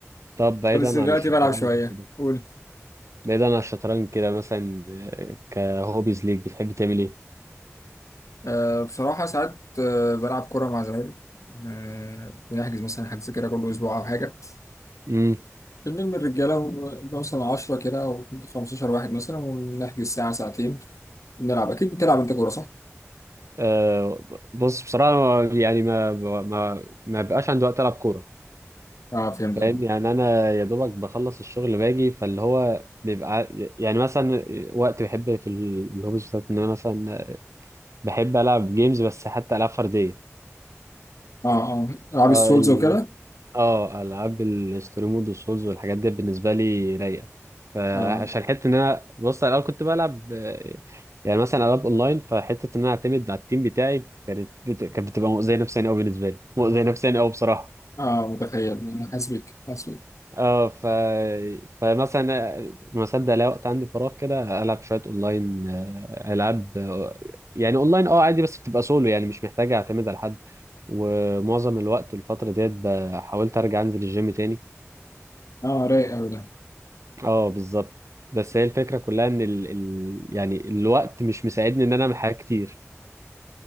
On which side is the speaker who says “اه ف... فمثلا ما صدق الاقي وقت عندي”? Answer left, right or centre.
Right